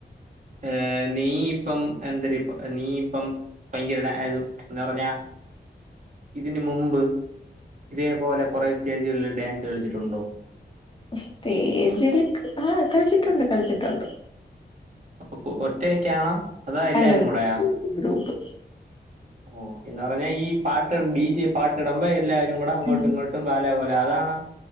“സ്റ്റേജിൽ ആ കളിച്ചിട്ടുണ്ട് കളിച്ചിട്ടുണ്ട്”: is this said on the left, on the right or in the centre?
Left